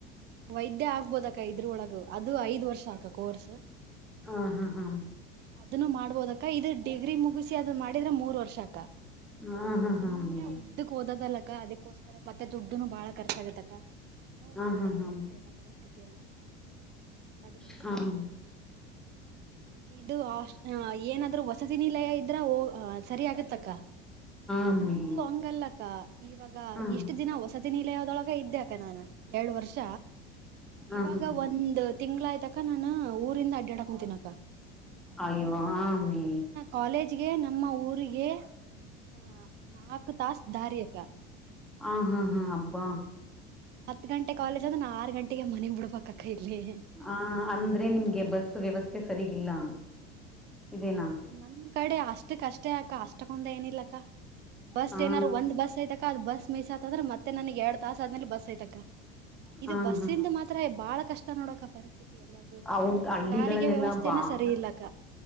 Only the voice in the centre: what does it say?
ಹ ಹಾ ಹಾ
ಹಾ ಹಾ
ಹಾ ಅಮ್ಮಿ
ಹಾ
ಹಾ ಹಮ್
ಹಾ ಹಾ
ಅಮ್ಮಿ
ಹಾ ಹಾ
ಹಾ
ಹಾ ಹಾ
ಅಯ್ಯೋ ಆಮೀ.
ಆ ಹಾ ಹಾ ಅಬ್ಬಾ.
ಹ ಅಂದ್ರೆ ನಿಮ್ಗೆ ಬಸ್ ವ್ಯವಸ್ಥೆ ಸರಿಗಿಲ್ಲ ಇದೇನಾ.
ಹಾ
ಹಾ
ಹಾ
ಹೌದ್ ಹಳ್ಳಿಗಳಲ್ಲೆಲ್ಲಾ
ಬಾಳ